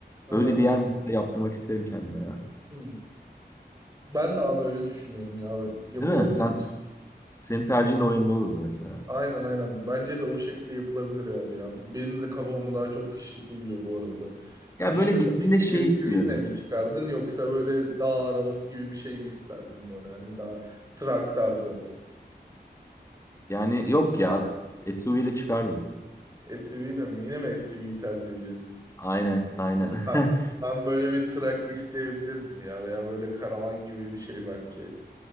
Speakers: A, on the right; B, on the left.
A: Aha.
B: Öyle bir yer mesela yaptırmak isterim kendime ya.
A: Hı. Ben de abi öyle düşünüyorum ya. Yapılabilir.
B: Değil mi? Sen senin tercihin de o yönde olurdu mesela.
A: Aynen aynen. Bence de o şekilde yapılabilir abi ya. Benim de kafama daha çok kışlık uyuyor bu arada. Kışlığını
B: Ya böyle gittiğinde
A: peki
B: şey
A: SUV'nle
B: istiyorum.
A: mi çıkardın yoksa böyle dağ arabası gibi bir şey mi isterdin böyle hani daha trak tarzı?
B: Yani yok ya. SUV ile çıkardım.
A: SUV de mi? Yine mi SUV'yi tercih ediyorsun?
B: Aynen, aynen.
A: Ha,
B: <laughs>
A: ben böyle bir trak isteyebilirdim ya veya böyle karavan gibi bir şey belki.